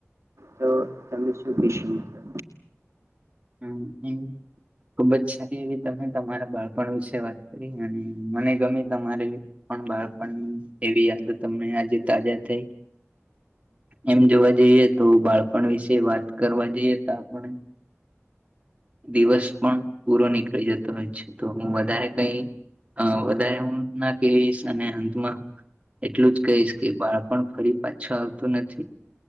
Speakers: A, on the right; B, on the right.
A: તો તમે શું કહેશ મિત્રો?
B: હમ હમ ખુબ જ સારી એવી તમે તમારા બાળપણ વિશે વાત કરી અને મને ગમે તમારી પણ બાળપણ એવી યાદ તમને આજે તાજા થઈ એમ જોવા જઈએ તો બાળપણ વિશે વાત કરવા જઈએ તો આપણે. દિવસ પણ પૂરો નીકળી જતો હોય છે તો હું વધારે કઈ અ વધારે હું ના કેશ અને અંતમાં એટલું જ કહીશ કે બાળપણ ફરી પાછું આવતું નથી.